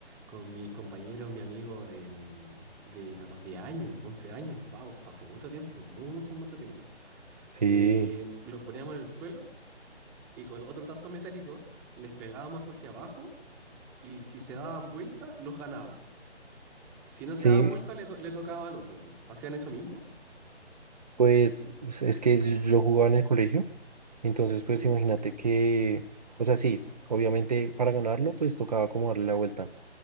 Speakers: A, in the centre; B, on the right.
A: con mis compañeros, mi amigo, en- de, a los 10 años, 11 años. Wow, hace mucho tiempo, mucho, mucho tiempo.
B: <laughs> sí,
A: eh, los poníamos en el suelo y con otro tazo metálico les pegábamos hacia abajo y si se daban vuelta, los ganabas. Si no
B: sí,
A: se daban vuelta, le, to- le tocaba al otro, po. ¿Hacían eso mismo?
B: pues es que yo yo jugaba en el colegio, entonces pues
A: Ujú.
B: imagínate que, o sea, sí, obviamente para ganarlo pues tocaba como darle la vuelta,